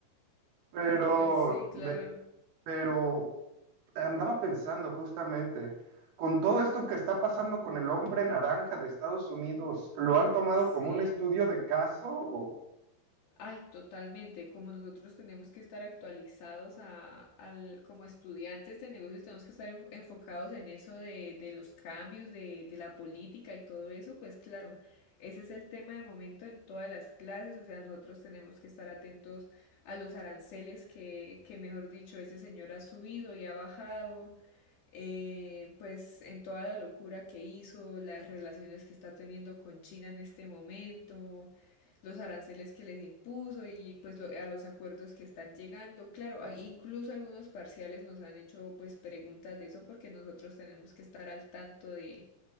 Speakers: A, on the right; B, on the left.
A: pero
B: Pues sí, claro.
A: de- pero andaba pensando justamente, con todo esto que está pasando con el hombre naranja de Estados Unidos, ¿lo han tomado
B: Sí.
A: como un estudio de caso? O-
B: Ay, totalmente. Como nosotros tenemos que estar actualizados a, al, como estudiantes de negocios, tenemos que estar en- enfocados en eso de, de los cambios, de, de la política y todo eso, pues claro, ese es el tema de momento en todas las clases. O sea, nosotros tenemos que estar atentos a los aranceles que, que mejor dicho, ese señor ha subido y ha bajado. eh, pues en toda la locura que hizo, las relaciones que está teniendo con China en este momento los aranceles que les impuso y pues lo- a los acuerdos que están llegando. Claro, incluso algunos parciales nos han hecho pues preguntas de eso porque nosotros tenemos que estar al tanto de,